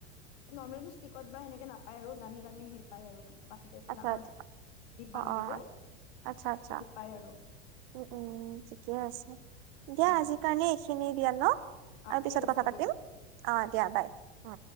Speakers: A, on the left (about 60°); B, on the right (about 55°).
A: নৰ্মেলিটো ষ্টিকত বা এনেকে নাপায় আৰু দামী দামী হেৰিত পাই আৰু মানে বাতি টাইপৰ
B: আচ্ছা
A: ডাঙৰ
B: আচ্ছা
A: ডিব্বা
B: অ
A: থাকে
B: অ
A: যে
B: আচ্ছা আচ্ছা
A: সেইটোত পায় আৰু
B: উম উম ঠিকে আছে দিয়া
A: উম
B: আজি কাৰণে খিনিয়ে দিয়া ন
A: অ
B: আৰু
A: ঠিক
B: পিছত
A: আছে
B: কথা পাতিম
A: দিয়া
B: অ দিয়া বাই উ